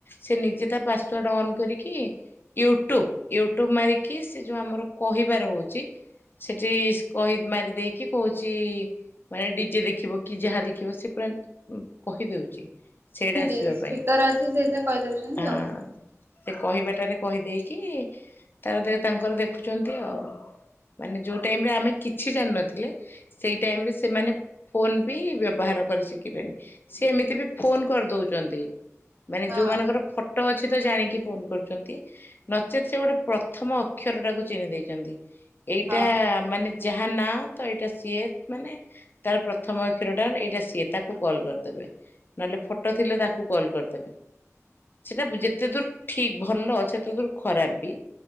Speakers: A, on the left; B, on the right.
A: ସେ ନିଜେ ତା ପାସୱାର୍ଡ ଅନ୍ କରିକି ୟୁଟ୍ୟୁବ ୟୁଟ୍ୟୁବ ମାରିକି ସେ ଯୋଉ ଆମର କହିବାର ରହୁଚି ସେଠି କହି ମାରିଦେଇକି କହୁଚି ମାନେ ଡିଜେ ଦେଖିବ କି ଯାହା ଦେଖିବ ସେ ପୁରା କହିଦଉଚି ସେଇଟା ଆସିବା
B: ସେଇ ସ୍ପିକର
A: ପାଇଁ
B: ଅଛି ସେଇଟାରେ କଇଦଉଚନ୍ତି
A: ହଁ
B: ଆଉ।
A: ସେ କହିବାଟାରେ କହିଦେଇକି ତାର ଦେ ତାଙ୍କର ଦେଖୁଚନ୍ତି ଆଉ। ମାନେ ଯୋଉ ଟାଇମରେ ଆମେ କିଛି ଜାଣିନଥିଲେ ସେଇ ଟାଇମରେ ସେମାନେ ଫୋନ ବି ବ୍ୟବହାର କରି ଶିଖିଲେଣି। ସିଏ ଏମିତି ବି ଫୋନ କରିଦଉଚନ୍ତି ମାନେ
B: ହଁ
A: ଯୋଉମାନଙ୍କର ଫ ଟ ଅଛି ତ ଜାଣିକି ଫୋନ କରୁଚନ୍ତି। ନଚେତ୍ ସେ ଗୋଟେ ପ୍ରଥମ ଅକ୍ଷରଟାକୁ ଚିହ୍ନି ଦେଇଚନ୍ତି ଏଇଟା
B: ହଁ।
A: ମାନେ ଯାହା ନା ତ ଏଇଟା ସିଏ ମାନେ ତାର ପ୍ରଥମ ଅକ୍ଷରଟା ଏଇଟା ସିଏ ତାକୁ କଲ୍ କରିଦେବେ ନହେଲେ ଫଟୋ ଥିଲେ ତାକୁ କଲ୍ କରିଦେବେ। ସେଟା ଯେତେ ଦୂର୍ ଠିକ୍ ଭଲ ସେତେ ଦୂର୍ ଖରାପ ବି।